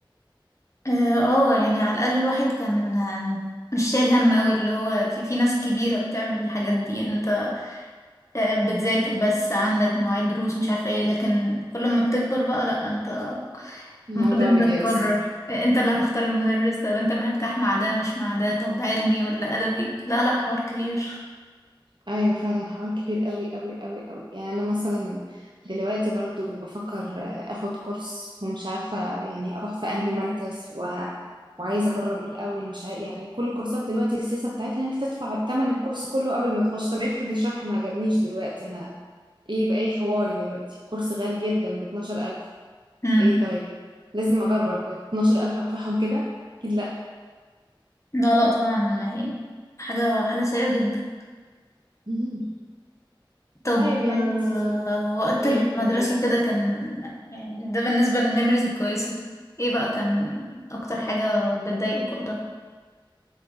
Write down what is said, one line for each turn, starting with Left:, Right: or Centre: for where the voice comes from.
Left: آه، آه، يعني على الأقل الواحد كان آه، مش شايل هم أوي اللي هو في في ناس كبيرة بتعمل الحاجات دي انت آه، بتذاكر بس عندك مواعيد دروس مش عارفة ايه لكن كل ما بتكبر بقى لأ انت
Right: الموضوع
Left: المفروض انت
Right: بيوسع
Left: تقرر آه، انت اللي هتختار المدرس طب انت مرتاح مع ده مش مع ده طب علمي ولا ادبي لا لا حوار كبير
Right: ايوه فعلا حوار كبير قوي قوي قوي قوي يعني انا مثلا دلوقتي برضو بفكر آه، اخد كورس ومش عارفه يعني اروح في انهي مركز و... وعايزه اجرب الاول مش عارف يعني كل كورسات دلوقتي السياسه بتاعتها ان انت تدفع ثمن الكورس كله قبل ما تخش طب افرض الشرح ما عجبنيش دلوقتي انا ايه بقى ايه حواري دلوقتي كورس غالي جدا ب 12000
Left: امم
Right: ايه طيب لازم اجرب 12000 هدفعهم كده اكيد لا
Left: لا لا طبعا يعني حاجة حاجة سيئة جدا
Right: مم.
Left: طب
Right: طيب يعني انت
Left: آه، وقت
Right: إيه
Left: المدرسة
Right: طب إيه
Left: كده كان يعني ده بالنسبة للميموريز الكويسة ايه بقى كان اكتر حاجة بتضايقك وقتها